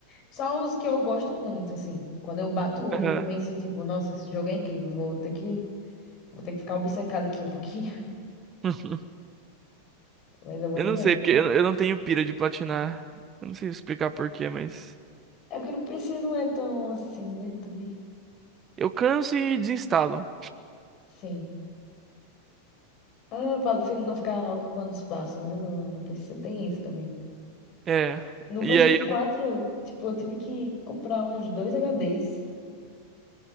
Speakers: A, on the left; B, on the right.
A: Só os que eu gosto muito, assim. Quando eu bato o olho,
B: Aham.
A: eu penso, tipo, nossa, esse jogo é incrível. Vou ter que, vou ter que ficar obcecado aqui um pouquinho. <laughs>
B: <laughs>
A: Mas é bom
B: Eu
A: demais.
B: não sei, porque eu eu não tenho pira de platinar. Eu não sei explicar por quê, mas.
A: É porque no PC não é tão assim, né? Também.
B: Eu canso e desinstalo.
A: Sim. Ah, pra você não ficar ocupando espaço, né? No, no PC tem isso também.
B: É.
A: No
B: E
A: PlayStation
B: aí,
A: 4,
B: eu não-
A: tipo, eu tive que comprar uns dois HDs.